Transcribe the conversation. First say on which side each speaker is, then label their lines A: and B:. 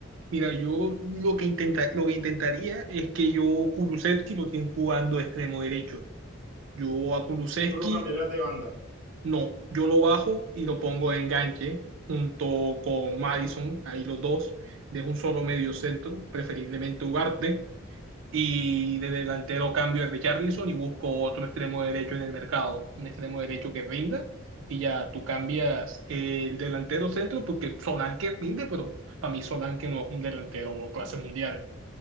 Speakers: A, on the right; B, on the right.
A: Mira, yo lo que, intenta, lo que intentaría es que yo Kulusevski lo tienen jugando de extremo derecho. Yo a Kulusevski
B: ¿Tú lo cambiarías de banda?
A: no, yo lo bajo y lo pongo de enganche junto con Madison, ahí los dos, de un solo medio centro, preferiblemente Ugarte. Y de delantero cambio a Richarlison y busco otro extremo derecho en el mercado, un extremo derecho que rinda. Y ya tú cambias el delantero centro porque Solanke rinde, pero para mí Solanke no es un delantero clase mundial.